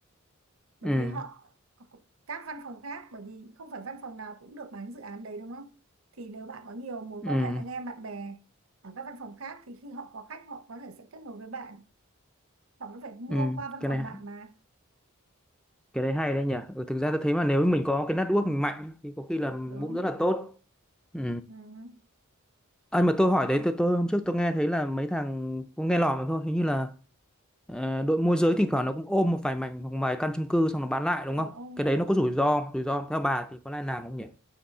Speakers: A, on the right; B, in the centre.
A: bởi
B: ừ
A: vì họ các văn phòng khác bởi vì không phải văn phòng nào cũng được bán dự án đấy đúng không thì nếu bạn có nhiều mối
B: ừ
A: quan hệ anh em bạn bè ở các văn phòng khác thì khi họ có khách họ có thể sẽ kết nối với bạn họ vẫn phải mua
B: ừ
A: qua văn
B: cái
A: phòng
B: này
A: bạn mà
B: cái đấy hay đấy nhỉ ừ, thực ra tôi thấy mà nếu mình có cái network mình mạnh thì có khi là
A: đúng
B: cũng rất là tốt ừ
A: ừ.
B: Anh mà tôi hỏi đấy tôi tôi hôm trước tôi nghe thấy là mấy thằng cũng nghe lỏm thôi hình như là ờ, đội môi giới thỉnh thoảng nó cũng ôm một vài mảnh hoặc vài căn chung cư xong nó bán lại đúng
A: Ờ,
B: không
A: ô,
B: cái đấy nó có rủi ro rủi ro theo bà thì có nên làm không nhỉ